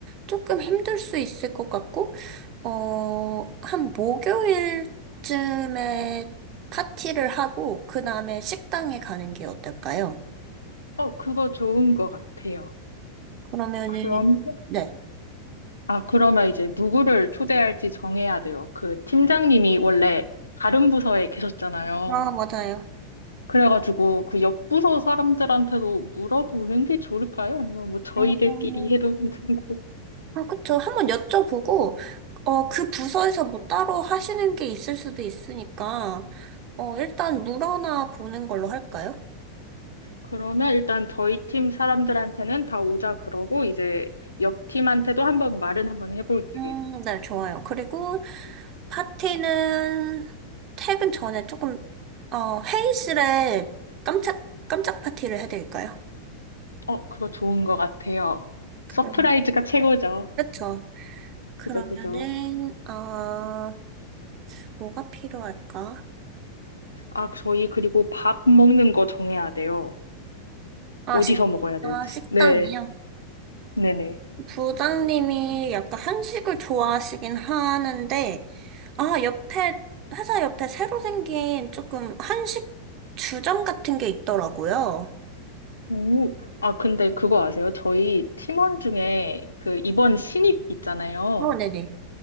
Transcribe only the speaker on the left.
어, 그거 좋은 것 같아요.
그럼,
아, 그러면 이제 누구를 초대할지 정해야 돼요. 그 팀장님이 원래 다른 부서에 계셨잖아요.
그래가지고 그 옆 부서 사람들한테도 물어보는 게 좋을까요? 아니면 뭐 저희들끼리
해도 괜찮고.
그러면 일단 저희 팀 사람들한테는 다 오자 그러고 이제 옆 팀한테도 한번 말은 한번 해볼게요.
어, 그거 좋은 것 같아요.
서프라이즈가 최고죠.
그죠, 그죠.
아, 저희 그리고 밥 먹는 거 정해야 돼요.
어디서
먹어야 될지.
네, 네네.
오, 아, 근데 그거 아세요? 저희 팀원 중에 그 이번 신입 있잖아요.